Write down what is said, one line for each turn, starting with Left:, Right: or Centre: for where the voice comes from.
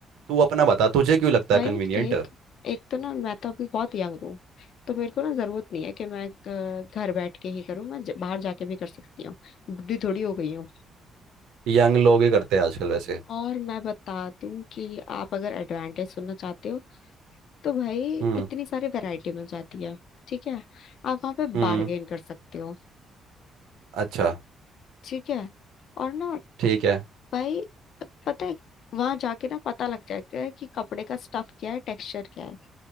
Right: तू अपना बता तुझे क्यों लगता
Left: भाई
Right: है कन्वीनियंट
Left: देख एक तो ना मैं तो अभी बहुत यंग हूँ तो मेरे को ना जरूरत नहीं है कि मैं अ, घर बैठ के ही करूँ मैं ज- बाहर जाके भी कर सकती हूँ बुढ़ी थोड़ी हो गई हूँ
Right: यंग लोग ही करते हैं आजकल वैसे
Left: और मैं बता दूं कि आप अगर एडवांटेज सुनना चाहते हो तो भाई
Right: हम्म
Left: इतनी सारी वैरायटी मिल जाती है ठीक है आप वहां पे
Right: हम्म
Left: बार्गेन कर सकते हो
Right: अच्छा
Left: ठीक है और ना
Right: ठीक है
Left: भाई पता है वहां जाके ना पता लग जाता है कि कपड़े का स्टफ क्या है टेक्सचर क्या है